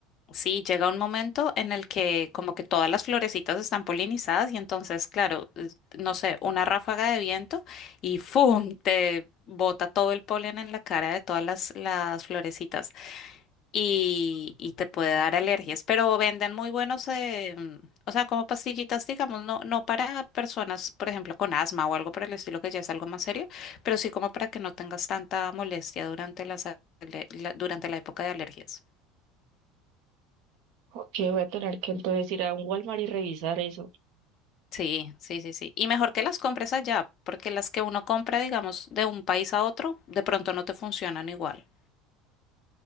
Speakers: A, on the left; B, on the right.
A: sí, llega un momento en el que como que todas las florecitas están polinizadas y entonces, claro, es- no sé, una ráfaga de viento y ¡fum! te bota todo el polen en la cara de todas las, las florecitas. y, y te puede dar alergias. Pero venden muy buenos, eh, mm, o sea, como pastillitas, digamos, no, no para personas, por ejemplo, con asma o algo por el estilo, que ya es algo más serio, pero sí como para que no tengas tanta molestia durante las, ale- la- durante la época de alergias.
B: Ok, voy a tener que entonces ir a un Walmart y revisar eso.
A: Sí, sí, sí, sí. Y mejor que las compres allá, porque las que uno compra, digamos, de un país a otro, de pronto no te funcionan igual.